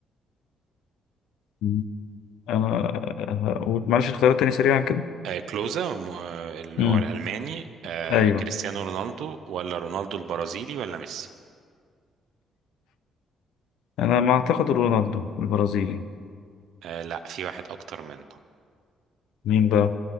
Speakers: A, on the left; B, on the right.
A: مم. انا هقول معلش اختيارات تاني سريعا كده
B: آه كلوزا م- آه، اللي
A: مم.
B: هو الألماني آه
A: ايوه
B: كريستيانو رونالدو ولا رونالدو البرازيلي ولا ميسي
A: انا ما اعتقد رونالدو البرازيلي
B: آه لا في واحد أكتر منه
A: مين بقى